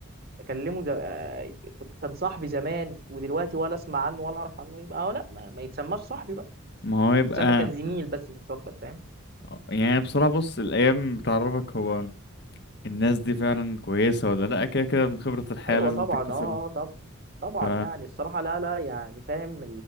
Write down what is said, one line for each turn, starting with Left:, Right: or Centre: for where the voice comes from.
Right: اكلمه ده آه، كنت- كان صاحبي زمان ودلوقتي ولا اسمع عنه ولا اعرف عنه يبقى آه، لا ما, ما يتسماش صاحبي بقى
Left: ما هو يبقى
Right: يتسمى كان زميل بس مش اكتر فاهم
Left: آه، يعني بصراحة بص الأيام بتعرفك هو الناس دي فعلا كويسة ولا لأ كده كده من خبرة الحياة
Right: ايوه
Left: لازم
Right: طبعا
Left: تكتسبها
Right: اه طبعا طبعا
Left: ف
Right: يعني الصراحه لا لا يعني فاهم